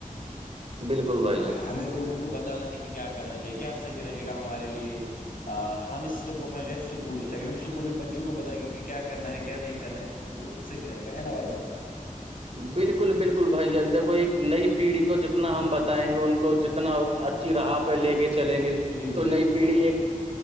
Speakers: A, on the right; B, on the left.
A: بالکل بھائی جان
B: ہمیں لوگوں کو بتانا ہے کہ کیا کرنا چاہیے کیا صحیح رہے گا ہمارے لیے ہم اسٹیپ اٹھانا چاہے اسکول جو سے اگر ہم اسکول میں بچوں کو بتائے گے کہ کیا کرنا ہے کیا نہیں کرنا ہے تو وہ صحیح رہے گا ہے نا بھائی جان <unintelligible>
A: بالکل بالکل بھائی جان دیکھو ایک نئی پیڑھی کو جتنا ہم بتائیں گے ان کو جتنا راہ پہ لے کے چلیں گے
B: جی
A: تو
B: جی
A: نئی
B: جی
A: پیڑھی
B: جی
A: ایک